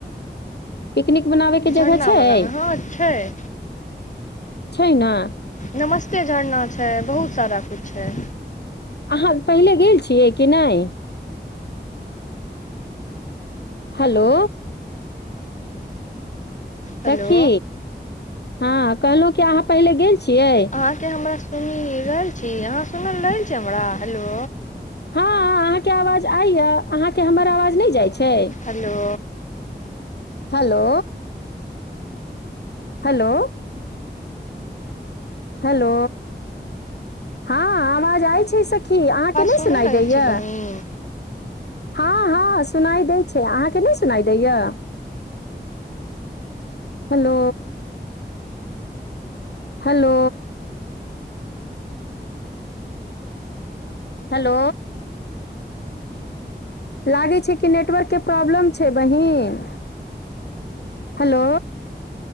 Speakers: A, on the left (about 65°); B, on the left (about 45°).
A: पिकनिक बनाबयके
B: झरनावलामे
A: जगह छैय,
B: हँ छै
A: छैय न।
B: नमस्ते झरना छैय, बहुत सारा किछ छैय।
A: अहाँ पहिले गेल छियै कि नहि? हेलो।
B: हेलो
A: सखी, हँ कहलहुँ कि अहाँ पहिले गेल छियै।
B: अहाँके हमरा सुनी रहल छी अहाँ सुनल रह छी हमरा हेलो।
A: हँ अहाँके आवाज आइया अहाँके हमर आवाज नहि जाइ छैय।
B: हेलो।
A: हेलो। हेलो। हेलो, हँ आवाज आय छैय सखी अहाँके नहि
B: सुनि
A: सुनाइ
B: रहल
A: दैयए।
B: छी बहिन
A: हँ-हँ सुनाइ देै छैय अहाँके नहि सुनाइ दैया? हेलो। हेलो। हेलो। लागे छैय कि नेटवर्क के प्रॉब्लम छैय बहिन, हेलो।